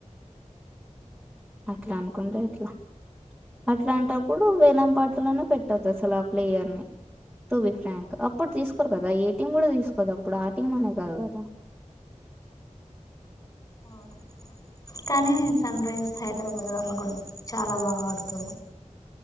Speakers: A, in the centre; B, on the left (about 30°).
A: అట్లా అనుకుంటే ఎట్లా అట్లాంటప్పుడు వేలం పాటలోనే పెట్టదు అసలు ఆ ప్లేయర్ ని టూ బి ఫ్రాంక్ అప్పుడు తీసుకోరు కదా ఏ టీం కూడా తీసుకోదు అప్పుడు ఆ టీం అనే కాదు కదా
B: అవును కానీ నేను సన్ రైజర్స్ హైదరాబాద్ వాళ్ళు కూడా చాలా బాగా ఆడుతారు